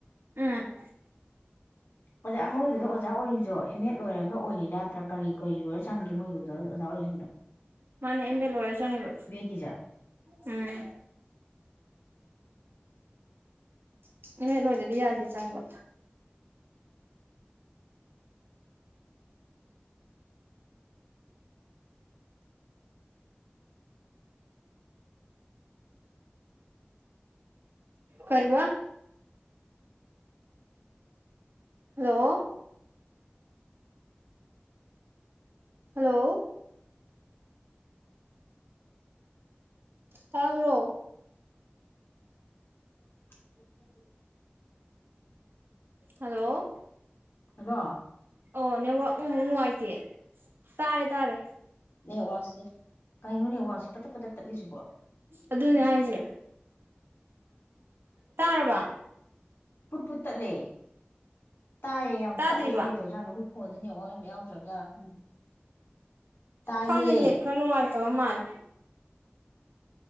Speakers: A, on the right; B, on the left.
A: ꯎꯝ꯫
B: ꯑꯣꯖꯥ ꯃꯣꯏꯗꯨꯗ ꯑꯣꯖꯥ ꯑꯣꯏꯔꯤꯖꯣ ꯑꯦꯝ ꯑꯦꯗ ꯂꯣꯏꯔꯒ ꯑꯣꯏꯔꯤ ꯅꯠꯇ꯭ꯔꯥ ꯀꯔꯤ? ꯀꯔꯤ ꯂꯣꯏꯔ ꯆꯪꯒꯦ ꯃꯣꯏꯒꯤ ꯑꯣꯖꯥ ꯑꯣꯏꯔꯤꯁꯤꯡꯗꯣ
A: ꯃꯥꯅꯦ ꯑꯦꯝ ꯑꯦ ꯂꯣꯏꯔ ꯆꯪꯉꯤꯕ
B: ꯕꯦꯠꯀꯤꯁꯦ?
A: ꯎꯝ꯫ <unintelligible> ꯂꯣꯏꯗꯗꯤ ꯌꯥꯗꯦ ꯆꯪꯕ꯫ ꯀꯩꯕꯥ? ꯍꯜꯂꯣ! ꯍꯜꯂꯣ! ꯇꯥꯕ꯭ꯔꯣ?
B: <unintelligible>
A: ꯍꯜꯂꯣ!
B: ꯍꯜꯂꯣ!
A: ꯑꯣ ꯅꯦꯠꯋꯔꯀ ꯅꯨꯉꯥꯏꯇꯦ꯫ ꯇꯥꯔꯦ - ꯇꯥꯔꯦ꯫
B: ꯅꯦꯠꯋꯥꯛꯁꯦ ꯀꯩꯅꯣ ꯅꯦꯠꯋꯥꯛꯁꯦ ꯄꯇꯞ- ꯄꯇꯞ ꯇꯠꯂꯤꯁꯤꯕꯣ?
A: ꯑꯗꯨꯅꯦ ꯍꯥꯏꯁꯦ ꯇꯥꯔꯕ
B: ꯄꯨꯠ ꯄꯨꯠ ꯇꯠꯂꯦ ꯇꯥꯏꯌꯦ ꯌꯥꯝ
A: ꯇꯥꯗ꯭ꯔꯤꯕ
B: ꯇꯠꯂꯦ ꯀꯩꯗꯧꯖꯥꯠꯅꯣ ꯈꯣꯏ ꯐꯣꯟꯁꯦ ꯅꯦꯠꯋꯥꯛ ꯌꯥꯝ ꯌꯥꯎꯗ꯭ꯔꯕꯖꯥꯠꯥ ꯈꯪꯗꯦ ꯇꯥꯏꯌꯦ
A: ꯈꯪꯗꯦ ꯅꯦꯠ ꯈꯔ ꯅꯨꯪꯉꯥꯏ ꯇꯕ ꯃꯥꯜꯂꯦ